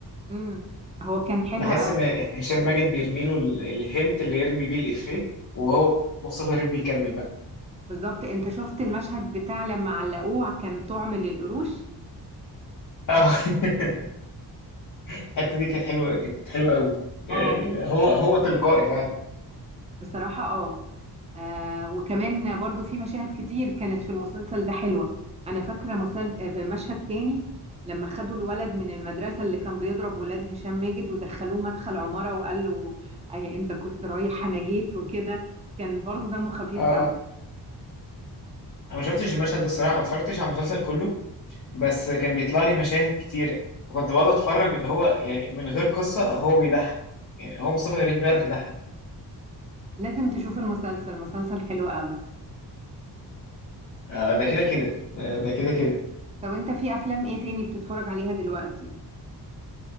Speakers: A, on the right (about 20°); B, on the left (about 50°).
A: امم هو كان حلو
B: بحس
A: قوي
B: إن هشام ماجد بيرميله ال- الهنت اللي يرمي بيه الإفيه وهو مصطفى غريب بيكمل بقى
A: بالظبط انت شفت المشهد بتاع لما علقوه كان طعم للقروش
B: أه <laughs> الحتة
A: كان
B: دي كانت حلوة كانت حلوة قوي يعني
A: اه كان مضحك
B: هو هو تلقائي فعلا
A: بصراحة اه آه، وكمان برضو في مشاهد كتير كانت في المسلسل ده حلوة أنا فاكرة مسل... آه، في مشهد تاني لما خدوا الولد من المدرسة اللي كان بيضرب ولاد هشام ماجد ودخلوه مدخل عمارة وقال له آه، أنت كنت رايح أنا جيت وكده كان برضو دمه خفيف
B: أه أه
A: قوي
B: أنا ما شفتش المشهد ده الصراحة ما اتفرجتش على المسلسل كله بس كان بيطلع لي مشاهد كتيرة فكنت بقعد أتفرج اللي هو يعني من غير قصة هو بيضحك يعني هو مصطفى غريب بيعرف يضحك
A: لازم تشوف المسلسل مسلسل حلو قوي
B: آه، ده كده كده ده ده كده كده
A: طب أنت في أفلام إيه تاني بتتفرج عليها دلوقتي؟